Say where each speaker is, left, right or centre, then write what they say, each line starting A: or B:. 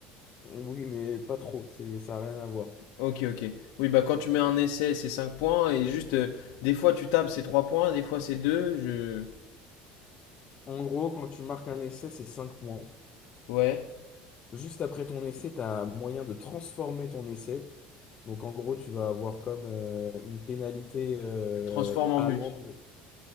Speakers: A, on the left; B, on the left.
A: Oui, mais pas trop, c'est, ça n'a rien à voir.
B: Ok, ok. Oui, bah quand tu mets un essai, c'est 5 points, et juste, euh, des fois tu tapes, c'est 3 points, des fois c'est deux. je...
A: En gros, quand tu marques un essai, c'est 5 points.
B: Ouais.
A: Juste après ton essai, tu as moyen de transformer ton essai. Donc en gros, tu vas avoir comme euh, une pénalité euh,
B: Tu le transformes en
A: allant
B: but.
A: de...